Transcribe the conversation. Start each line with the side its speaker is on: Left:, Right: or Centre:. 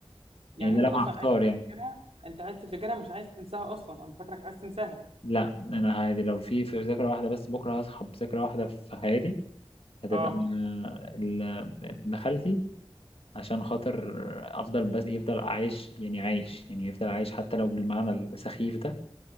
Right: يعني
Left: يعني ده
Right: انت
Left: لو
Right: اصلا
Left: هختار
Right: عايز تفتكرها
Left: يعني
Right: انت عايز تفتكرها مش عايز تنساها اصلا انا فاكرك عايز تنساها
Left: لا انا عادي لو في في ذكرى واحده بس بكره هصحى بذكرى واحده في حياتي هتبقى
Right: اه
Left: آه، ال- ابن خالتي عشان خاطر افضل بس يفضل عايش يعني عايش يعني يفضل عايش حتى لو بالمعنى السخيف ده